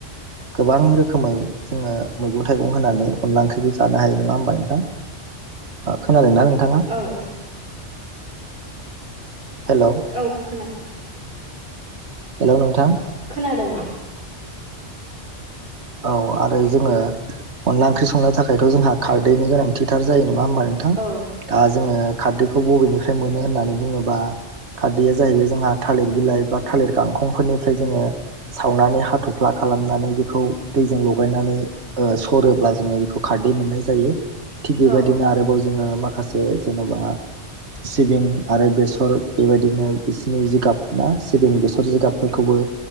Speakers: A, on the right; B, on the right.
A: गोबां रोखोमै जोङो मैगं थाइगं होनानै अनला ओंख्रिखौ जानो हायो नङा होमबा नोंथां खोनादों ना नोंथाङा
B: औ औ
A: हेल'
B: औ खोनादों
A: हेल' नोंथां
B: खोनादों ना
A: औ आरो जोङो अनला ओंख्रि संनो थाखायथ' जोंहा खारदैनि गोनां। खथिथार जायो नङा होमबा नोंथां
B: औ
A: दा जोङो खारदैखौ बबेनिफ्राय मोनो होननानै बुङोब्ला खारदैया जाहैबाय जोंहा थालिर बिलाइ बा थालिर गांखंफोरनिफ्राय जोङो। सावनानै हाथ'फ्ला खालामनानै बेखौ दैजों लगायनानै सरोब्ला जोङो बेखौ खारदै मोननाय जायो थिग
B: औ
A: बेबायदिनो आरोबाव जोङो माखासे जेन'बा सिबिं आरो बेसर बेबायदिनो बिसिनि जिगाब ना सिबिं बेसर जिगाबफोरखौबो